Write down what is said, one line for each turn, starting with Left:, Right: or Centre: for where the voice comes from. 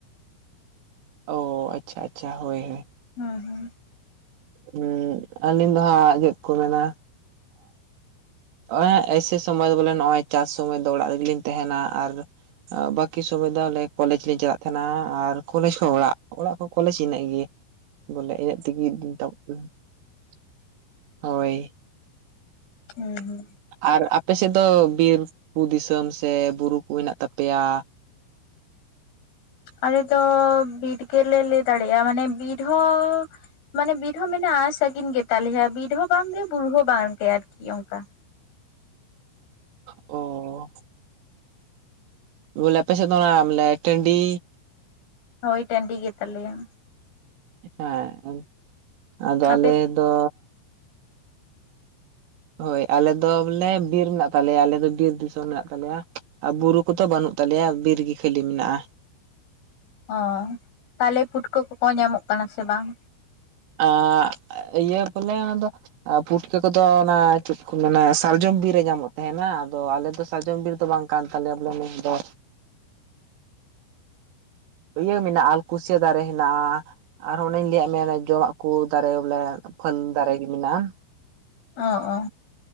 Right: ᱚᱻ ᱟᱪᱪᱷᱟ ᱟᱪᱪᱷᱟ ᱦᱳᱭ ᱦᱳᱭ,
Left: ᱦᱩᱸ ᱦᱩᱸ
Right: ᱦᱮᱸ ᱟᱹᱞᱤᱧ ᱫᱚ ᱦᱟᱸᱜ ᱪᱮᱫ ᱠᱚ ᱢᱮᱱᱟ ᱮᱸ ᱮᱭᱥᱮ ᱥᱚᱢᱚᱭ ᱫᱚ ᱵᱚᱞᱮ ᱱᱚᱜᱼᱚᱭ ᱪᱟᱥ ᱥᱚᱢᱚᱭ ᱫᱚ ᱚᱲᱟᱜ ᱨᱮᱜᱮᱞᱤᱧ ᱛᱟᱦᱮᱱᱟ ᱟᱨ ᱵᱟᱹᱠᱤ ᱥᱚᱢᱚᱭ ᱫᱚ ᱟᱞᱮ ᱠᱚᱞᱮᱡ ᱞᱮᱤᱧ ᱪᱟᱞᱟᱜ ᱛᱟᱦᱮᱱᱟ ᱟᱨ ᱠᱚᱞᱮᱡ ᱠᱷᱚᱡ ᱚᱲᱟᱜ, ᱚᱲᱟᱜ ᱠᱷᱚᱱ ᱠᱚᱞᱮᱡᱽ ᱤᱱᱟᱹᱜ ᱜᱮ᱾
Left: <inaudible>
Right: ᱵᱚᱞᱮ ᱤᱱᱟᱹᱜ ᱛᱮᱜᱮ ᱫᱤᱱ ᱛᱟᱵ <inaudible> ᱦᱳᱭ
Left: ᱦᱮᱸ ᱦᱩᱸ
Right: ᱟᱨ ᱟᱯᱮᱥᱮᱫ ᱫᱚ ᱵᱤᱨ ᱫᱤᱥᱚᱢ ᱥᱮ ᱵᱩᱨᱩ ᱠᱚ ᱦᱮᱱᱟᱜ ᱛᱟᱯᱮᱭᱟ?
Left: ᱟᱞᱮ ᱫᱚ ᱵᱤᱨ ᱜᱮᱞᱮ ᱞᱟᱹᱭ ᱫᱟᱲᱮᱭᱟᱜᱼᱟ ᱢᱟᱱᱮ ᱵᱤᱨ ᱦᱚᱸ ᱢᱟᱱᱮ ᱵᱤᱨ ᱦᱚᱸ ᱢᱮᱱᱟᱜ-ᱟ ᱥᱟᱹᱜᱤᱱ ᱜᱮᱛᱟᱞᱮᱭᱟ ᱵᱤᱨ ᱦᱚᱸ ᱵᱟᱝᱜᱮ ᱵᱩᱨᱩ ᱦᱚᱸ ᱵᱟᱝᱜᱮ ᱟᱨᱠᱤ ᱚᱱᱠᱟ᱾
Right: ᱚᱻ ᱵᱚᱞᱮ ᱟᱯᱮ ᱥᱮᱫ ᱫᱚ ᱚᱱᱟ ᱵᱚᱞᱮ ᱴᱟᱺᱰᱤ
Left: ᱦᱳᱭ ᱴᱟᱺᱰᱤ ᱜᱮ ᱛᱟᱞᱮᱭᱞᱟ ᱾
Right: ᱦᱮᱸ, ᱟᱫᱚ
Left: ᱟᱯᱮ
Right: ᱟᱞᱮ ᱫᱚ ᱦᱳᱭ ᱟᱞᱮ ᱫᱚ ᱵᱚᱞᱮ ᱵᱤᱨ ᱦᱮᱱᱟᱜ ᱛᱟᱞᱮᱭᱟ ᱟᱞᱮ ᱫᱚ ᱵᱤᱨ ᱫᱤᱥᱚᱢ ᱢᱮᱱᱟᱜ ᱛᱟᱞᱮᱭᱟ ᱟᱨ ᱵᱩᱨᱩ ᱦᱟᱹᱠᱩ ᱛᱚ ᱵᱟᱹᱱᱩᱜ ᱛᱟᱞᱮᱭᱟ ᱵᱤᱨ ᱜᱮ ᱠᱷᱟᱹᱞᱤ ᱢᱮᱱᱟᱜᱼᱟ᱾
Left: ᱚ ᱛᱟᱦᱚᱞᱮ ᱯᱷᱩᱴᱠᱟᱹ ᱠᱚᱠᱚ ᱧᱟᱢᱚᱜ ᱠᱟᱱᱟ ᱥᱮ ᱵᱟᱝ?
Right: ᱟ ᱤᱭᱟᱹ ᱯᱟᱞᱮ ᱚᱱᱟ ᱫᱚ ᱯᱷᱩᱴᱠᱟᱹ ᱠᱚᱫᱚ ᱚᱱᱟ ᱪᱮᱫ ᱠᱚ ᱢᱮᱱᱟ ᱥᱟᱨᱡᱚᱢ ᱵᱤᱨ ᱨᱮ ᱧᱟᱢᱚᱜ ᱛᱟᱦᱮᱱᱟ ᱟᱫᱚ ᱟᱞᱮ ᱫᱚ ᱥᱟᱨᱡᱚᱢ ᱵᱤᱨ ᱫᱚ ᱵᱟᱝ ᱠᱟᱱ ᱛᱟᱞᱮᱭᱟ ᱵᱚᱞᱮ ᱱᱤᱭᱟᱹ ᱫᱚ ᱤᱭᱟᱹ ᱢᱮᱱᱟᱜᱼᱟ ᱟᱞ ᱠᱩᱥᱭᱟᱹ ᱫᱟᱨᱮ ᱦᱮᱱᱟᱜᱼᱟ᱾ ᱟᱨᱦᱚᱸ ᱚᱱᱮᱧ ᱞᱟᱹᱭᱟᱜ ᱢᱮᱭᱟ ᱡᱚᱢᱟᱜ ᱠᱚ ᱫᱟᱨᱮ ᱵᱚᱞᱮ ᱯᱷᱟᱹᱞ ᱫᱟᱨᱮ ᱢᱮᱱᱟᱜᱼᱟ᱾
Left: ᱚ ᱚ,